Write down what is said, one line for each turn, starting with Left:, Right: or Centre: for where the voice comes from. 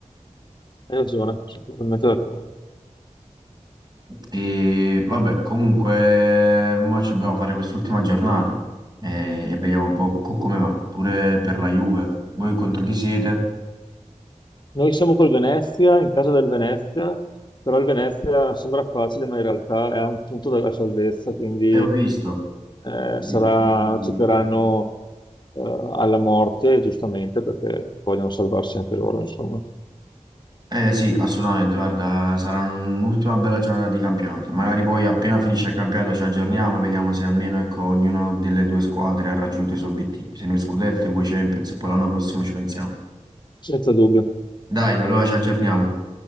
Left: Hai ragione, sono totalmente d'accordo.
Right: E vabbè, comunque, mo ci dobbiamo fare quest'ultima giornata e, e vediamo un po' co- come va, pure per la Juve. Voi contro chi siete?
Left: Noi siamo col Venezia, in casa del Venezia, però il Venezia sembra facile, ma in realtà è a un punto della salvezza, quindi
Right: E ho visto,
Left: eh,
Right: ho
Left: sarà,
Right: visto. noi-
Left: cercheranno eh, alla morte, giustamente, perché vogliono salvarsi anche loro, insomma,
Right: Eh sì, assolutamente, guarda, sarà un'ultima bella giornata di campionato. Magari poi appena finisce il campionato ci aggiorniamo, vediamo se almeno ecco, ognuno delle due squadre ha raggiunto i suoi obiettivi. Se noi scudetto e voi Champions, e poi l'anno prossimo ci pensiamo.
Left: senza dubbio.
Right: Dai, allora ci aggiorniamo.